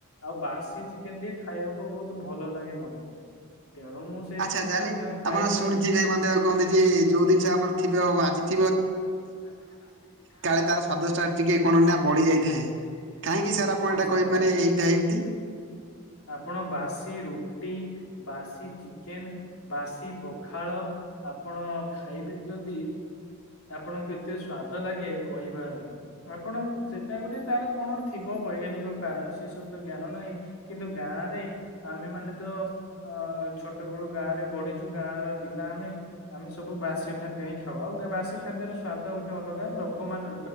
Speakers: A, on the left; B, on the right.
A: ଆଉ ବାସି ଚିକେନ ଟ ଖାଇବାକୁ ବୋହୁତ ଭଲ ଲାଗେ ମତେ। ତେଣୁ ମୁଁ ସେ
B: ଆଚ୍ଛା
A: ସବୁ
B: ଚାଲେ
A: ଖାଦ୍ୟ ଖାଇକରି
B: ଆପଣ ଶୁଣିଥି ଭାଇ ମ କହନ୍ତି ଯେ ଯୋଉ ଜିନିଷ ଆମର ଥିବ ଆଜିିବ
A: ଆସିିବ ତାପ ବାସି ଯଦି ଖାଆନ୍ତିି
B: କାଳେ ତାର ସ୍ଵାଦଟା
A: କାଳେ
B: ଟିକେ
A: ତାର ଫଦ
B: କଣ ନା ବଢି
A: ଟିକେ
B: ଯାଇଥାଏ।
A: କଣ ନିଆ ବଡିଯାଇଥାଏ।
B: କାହିଁକି ସାର୍ ଆପଣ
A: ହଁ
B: ଏଇଟା
A: ସାର୍
B: କହି ମାନେ ଏଇଟା ଏମିତି?
A: ଆପଣ ବାସି ରୁଟି ବାସି ଚିକେନ ବାସି ପଖାଳ ଆପଣ ଖାଇବେ ଯଦି ହ ଆପଣଙ୍କୁ ଏତେ ସ୍ଵାଦ ଲାଗେ କହିବାର ନାହିଁ, ଆପଣ ସେଟା ଗୋଟେ ତାର କଣ ଥିବ ବୈ କାରଣ ସେ ସବୁ ତ ଜ୍ଞାନ ନାହିଁ କିନ୍ତୁ ଗାଁରେ ଆମେ ମାନେ ତ ଅ ଛୋଟ ବେଳୁ ଗାଁରେ ବଢିଛୁ ଗାଁ ର ପିଲା ଆମେ ଆମେ ସବୁ ବାସ୍ୟ ଖାଦ୍ୟ ହିଁ ଖାଉ ଆଉ। ବାସି ଖାଦ୍ୟର ସ୍ଵାଦ ଗୋଟେ ଅଲଗା ଲୋକମାନେ